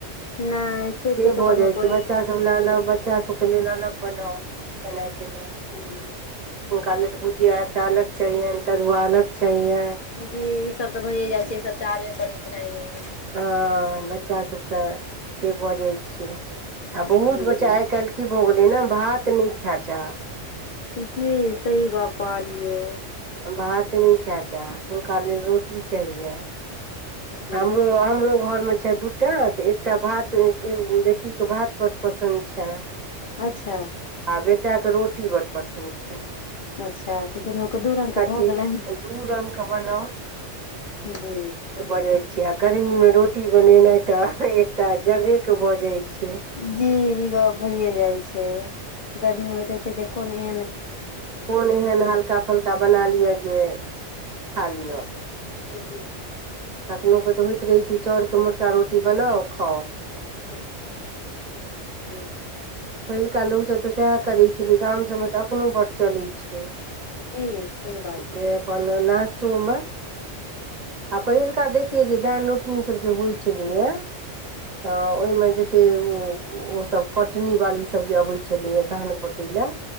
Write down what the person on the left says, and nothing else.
नहि सोचे
के
बनबऽ
पड़ै
जी
जी ई सब तऽ भइए जाइ छै ई सब चाहबे करै छै खेनाई में।
जी
जी
जी सही गप कहलियै।
ह
अच्छा।
अच्छा तऽ दुनू के दू रंग के भऽ
गेलैन।
जी।
जी ई गप भइए जाइ छै गर्मी में होइत रहै छै जे कोन एन
ह जी।
<inaudible> हूं।
जी सही बात छै।